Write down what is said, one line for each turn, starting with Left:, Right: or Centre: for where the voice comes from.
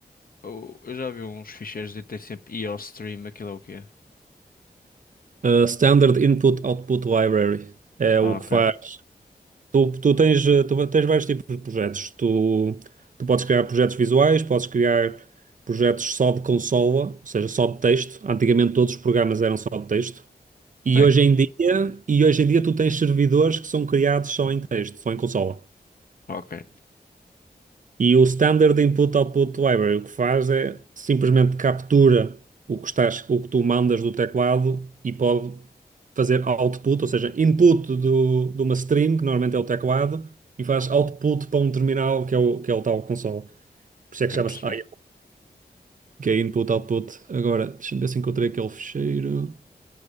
Left: o- eu já vi uns ficheiros e tem sempre IOStream, aquilo é o quê?
Right: A Standard Input Output Library é
Left: Ah,
Right: o
Left: ok.
Right: que faz. Tu, tu tens, eh, tu tens vários tipos de projetos. Tu, tu podes criar projetos visuais, podes criar projetos só de consola, ou seja, só de texto. Antigamente todos os programas eram só de texto. E
Left: Tem.
Right: hoje em dia, e hoje em dia tu tens servidores que são criados só em texto, só em consola.
Left: Ok.
Right: E o Standard Input Output Library o que faz é simplesmente captura o que estás, o que tu mandas do teclado e pode fazer output, ou seja, input do, de uma string, que normalmente é o teclado, e faz output para um terminal que é o, que é o tal console. Por isso
Left: Ok,
Right: é que chama-se
Left: percebi.
Right: IO. Que é input, output. Agora, deixa-me ver se encontrei aquele ficheiro